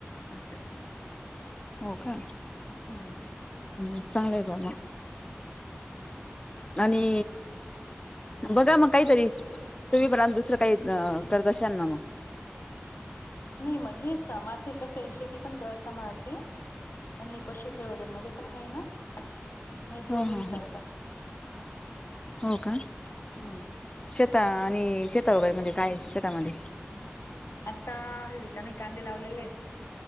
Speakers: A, on the left; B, on the left.
A: असंय
B: हो का?
A: हम्म
B: अम्, चांगलाय ब्वा म. आणि, बघा म काहीतरी तुमी पणान दुसरं काहीत् आं करत अश्यान ना म.
A: नई मंग हे सा, माजे कसए शेती पण क सामाळते. आणिए पशुसवदन मध्ये पण हाए ना. म एक-दोघी
B: हो हो
A: हे
B: हो
A: चालता,
B: हो का
A: हम्म.
B: शेता आणि शेता वगेमदे काय ए शेता मंदे.
A: आत्ता हल्लीचा मी कांदे लावलेलेत.